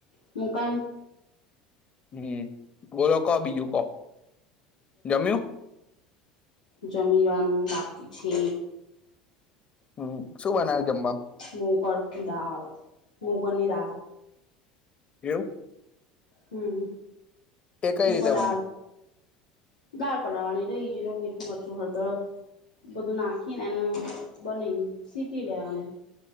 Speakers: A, on the left; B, on the left.
A: હું કામ
B: હમ બોલો કો બીજું કો જમ્યું
A: જમવાનુ બાકી છે
B: હમ શું બનાવ્યુ જમવા નું
A: મોગર કી દાળ મોગરની દાળ
B: એવું
A: હમ
B: એ કઈ
A: મુગ
B: રીતે બને
A: દાળ દાળ પલાડવાની રહી જીરુ મીઠું મરચું હળદળ બધું નાખીને એને બનીને સીટી લેવાનું